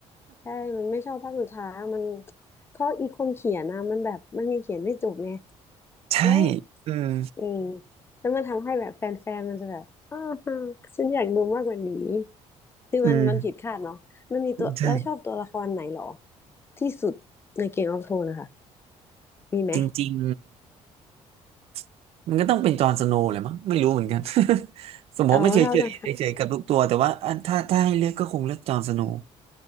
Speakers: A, on the left; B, on the right.
A: ใช่มันไม่ชอบภาคสุดท้ายอะมันเพราะอีคนเขียนนะมันแบบมันยังเขียนไม่จบไง
B: <laughs> ใช่
A: แล้ว
B: อืม
A: อืมแล้วมันทำให้แบบแฟนๆมันจะแบบอ้าวฉันอยากดูมากกว่านี้คือมันมันผิดคาดเนาะมันมีตัวเราชอบตัวละครไหนหรอ
B: อืมใช่
A: ที่สุดในเกมออฟโธนนะคะมีไหม
B: จริงๆมันก็ต้องเป็นจอห์นสโนว์เลยมั้งไม่รู้เหมือนกัน <laughs> สมมติไม่เฉยๆเฉยๆกับทุกตัวแต่ว่าอ่ะถ้าถ้าให้เลือกก็คงเลือกจอห์นสโนว์
A: อ๋อถ้าจะ